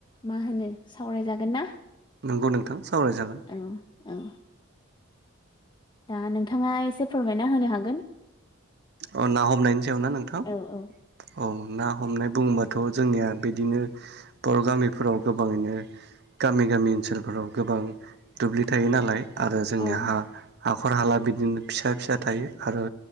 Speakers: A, on the left; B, on the right.
A: मा होनो सावरायजागोन ना?
B: नंगौ नोंथां सावरायजागोन
A: औ औ दा नोंथाङा एसे फोरमायना होनो हागोन
B: अ ना हमनायनि सायाव ना नोंथां
A: औ औ
B: औ ना हमनाय बुंबा थ' जोंनिया बिदिनो बर' गामिफोराव गोबाङैनो गामि गामि ओनसोलफोराव गोबां दुब्लि थायो नालाय आरो जोंनिया
A: औ
B: हा- हाखर हाला बिदिनो फिसा फिसा थायो आरो